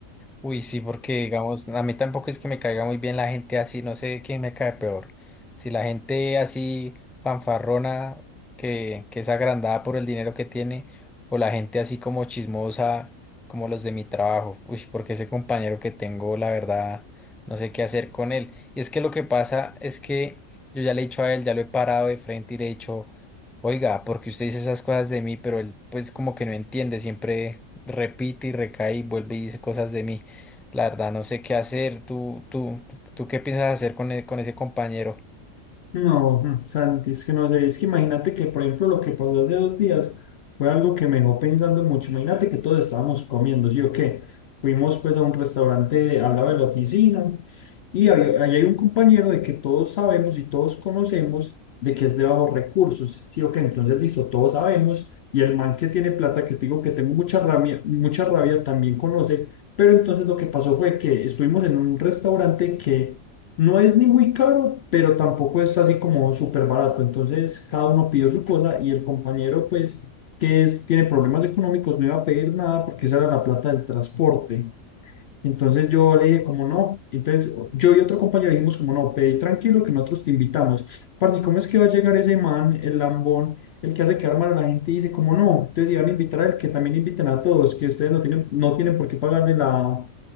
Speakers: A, in the centre; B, on the left.
A: Uy, sí, porque digamos, a mí tampoco es que me caiga muy bien la gente así, no sé quién me cae peor. Si la gente así fanfarrona, que, que es agrandada por el dinero que tiene, o la gente así como chismosa, como los de mi trabajo. Uy, porque ese compañero que tengo, la verdad, no sé qué hacer con él. Y es que lo que pasa es que yo ya le he dicho a él, ya lo he parado de frente y le he dicho, oiga, porque usted dice esas cosas de mí, pero él pues como que no entiende, siempre repite y recae y vuelve y dice cosas de mí. La verdad, no sé qué hacer. ¿Tú, tú, tú, tú qué piensas hacer con, e- con ese compañero?
B: No, mm, Santi, es que no sé, es que imagínate que, por ejemplo, lo que pasó hace dos días fue algo que me dejó pensando mucho. Imagínate que todos estábamos comiendo, ¿sí o qué? Fuimos pues a un restaurante al lado de la oficina y ahí, ahí hay un compañero de que todos sabemos y todos conocemos de que es de bajos recursos, ¿sí o qué? Entonces, listo, todos sabemos y el man que tiene plata, que te digo que tengo mucha rabia, mucha rabia, también conoce, pero entonces lo que pasó fue que estuvimos en un restaurante que no es ni muy caro, pero tampoco es así como súper barato. Entonces, cada uno pidió su cosa y el compañero, pues, que es, tiene problemas económicos, no iba a pedir nada porque esa era la plata del transporte. Entonces yo le dije como no, entonces yo y otro compañero dijimos como no, pedí tranquilo que nosotros te invitamos. Parce, ¿cómo es que va a llegar ese man, el lambón, el que hace quedar mal a la gente y dice como no? Entonces iban a invitar al que también inviten a todos, que ustedes no tienen, no tienen por qué pagarle la,